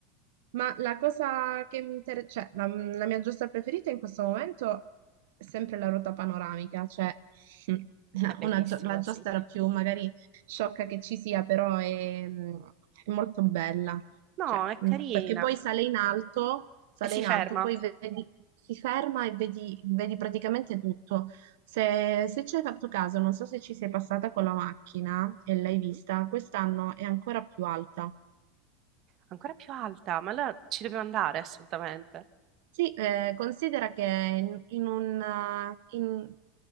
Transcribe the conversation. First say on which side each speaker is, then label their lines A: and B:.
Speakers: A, on the right (about 70°); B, on the right (about 35°).
A: Ma la cosa che mi interessa, cioè la, la mia giostra preferita in questo momento è sempre la ruota panoramica, cioè <laughs> mm, la-
B: È bellissima,
A: una, gio- la giostra
B: sì.
A: più magari sciocca che ci sia, però è, mm, è molto bella,
B: No,
A: Cioè,
B: è carina.
A: mm, perché poi sale in alto, sale
B: E si
A: in alto,
B: ferma.
A: poi vedi, si ferma e vedi, vedi praticamente tutto. Se, se ci hai fatto caso, non so se ci sei passata con la macchina e l'hai
B: Mhm.
A: vista, quest'anno è ancora più alta.
B: Ancora più alta, ma allora ci dobbiamo andare assolutamente.
A: Sì, eh, considera che in, in un, eh, in-